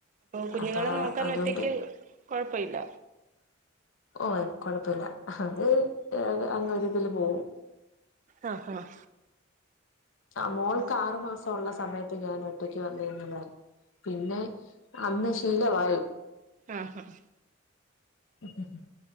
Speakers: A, on the right (about 40°); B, on the left (about 75°).
A: കുഞ്ഞുങ്ങളെ
B: അപ്പൊ
A: നോക്കാൻ
B: അതുകൊണ്ട്
A: ഒറ്റക്ക് കൊഴപ്പയില്ല
B: ഓ കൊഴപ്പില്ല അത് അ അങ്ങ ഒരിതില് പോവും
A: ആഹ് ഹഹ
B: ആ മോൾക്ക് ആറുമാസമുള്ള സമയത്ത് ഞാൻ ഒറ്റയ്ക്ക് വന്നിന്നതാ പിന്നെ ഇന്ന് ശീലവായി
A: ആഹ് ഹ
B: ഉം